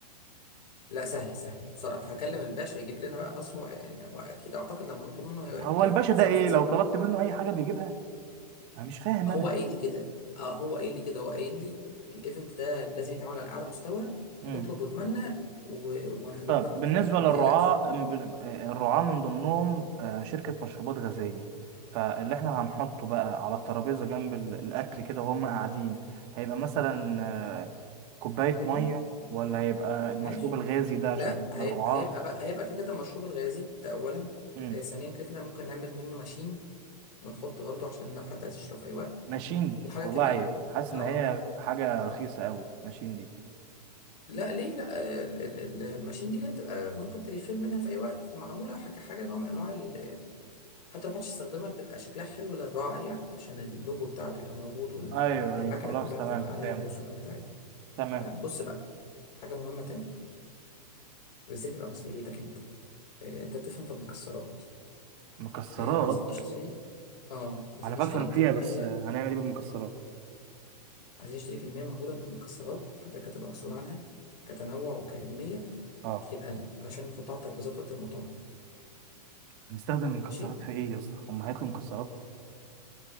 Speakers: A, on the left (about 80°); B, on the right (about 40°).
A: لا سهل سهل هتصرف هكلم الباشا يجيب لنا بقى خلاص هو يعني هو اكيد اعتقد لما نطلب منه هي-
B: هو
A: يعني
B: الباشا
A: هيعرف
B: ده ايه
A: يتصرف
B: لو طلبت منه اي حاجه بيجيبها انا مش فاهم
A: هو قايل لي كده اه هو قايل لي كده هو قايل لي الايفنت ده لازم يتعمل على اعلى مستوى
B: انا
A: اطلب واتمنى و... وانا هجيب
B: طب
A: لك اللي
B: بالنسبة
A: انت عايزه فما
B: للرعاة
A: تقلقش
B: م- بن- الرعاة من ضمنهم آه، شركة مشروبات غازية فاللي احنا هنحطه بقى على الترابيزة جنب ال- الأكل كده وهم قاعدين هيبقى مثلا آه، كوباية مية
A: اه
B: ولا هيبقى المشروب
A: ماشي
B: الغازي ده عشان
A: لا هي...
B: الرعاة
A: هيبقى بقى هيبقى كده كده المشروب الغازي ده اولا
B: مم.
A: آه ثانيا كده كده ممكن نعمل منه ماشين ونحط برضه عشان لو حد عايز يشرب في اي وقت
B: ماشين
A: وحاجه
B: والله
A: كمان
B: عيب حاسس
A: اه
B: إن هي حاجة رخيصة قوي ماشين دي
A: لا ليه لا ال- ال- ال- الماشين دي اللي هي بتبقى ممكن تريفيل منها في اي وقت معموله ح- كحاجه نوع من انواع ال- حتى لو محدش استخدمها بتبقى شكلها حلو للراعي يعني عشان اللوجو بتاعه بيبقى موجود
B: أيوه
A: والمكنه
B: أيوه خلاص
A: كلها
B: تمام
A: بتبقى عليها
B: فهمت
A: الرسومات بتاعتها
B: تمام
A: تمام بص بقى حاجه مهمه تانية وازاي تبقى مسؤوليتك انت آه، انت بتفهم في المكسرات
B: مكسرات
A: آه، عايزين نشتري اه عايزين
B: أنا بفهم
A: نشتري
B: فيها
A: كميه
B: بس آه، هنعمل إيه بالمكسرات؟
A: عايزين نشتري كمية مهولة من المكسرات حضرتك هتبقى مسؤول عنها كتنوع وكمية
B: اه
A: تجيبها لنا علشان نحطها على الترابيزات وقت المؤتمر
B: هنستخدم مكسرات
A: ماشي
B: في ايه يا اسطى هم هياكلوا مكسرات